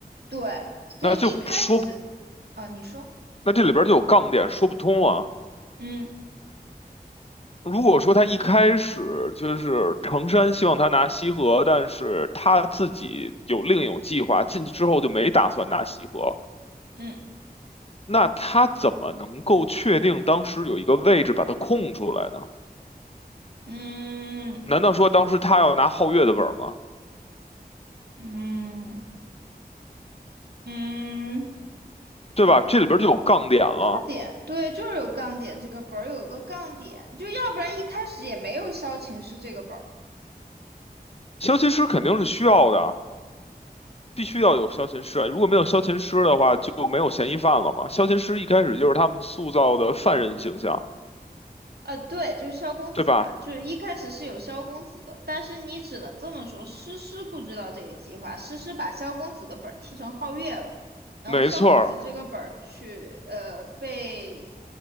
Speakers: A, on the right (about 80°); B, on the left (about 40°).
A: 对，所以一开始，
B: 那就说不，
A: 呃，你说，
B: 那这里边就有杠点，说不通了。
A: 嗯
B: 如果说他一开始就是成山希望他拿西河，但是他自己有另有计划，进去之后就没打算拿西河，
A: 嗯
B: 那他怎么能够确定当时有一个位置把它空出来呢？
A: 嗯
B: 难道说当时他要拿皓月的本吗？
A: 嗯嗯。嗯
B: 对吧？这里边就有杠点了。
A: 杠点，对，就是有杠点，这个本儿有个杠点，就要不然一开始也没有萧晴是这个本儿，
B: 消琴师肯定是需要的，必须要有消琴师啊。如果没有消琴师的话，就没有嫌疑犯了嘛。消琴师一开始就是他们塑造的犯人形象，
A: 呃，对，就是萧公子嘛，
B: 对吧？
A: 就是一开始是有萧公子的，但是你只能这么说，诗诗不知道这个计划，诗诗把萧公子的本儿踢成皓月了，然后萧公子这个本儿去，
B: 没错儿，
A: 呃，被